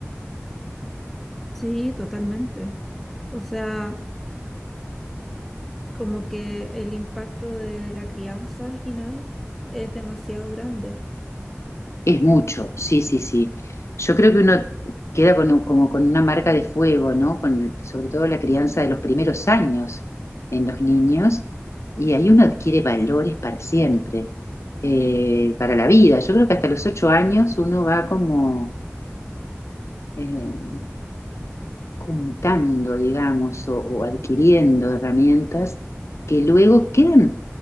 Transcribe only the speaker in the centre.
Sí, totalmente. O sea, como que el impacto de la crianza al final es demasiado grande,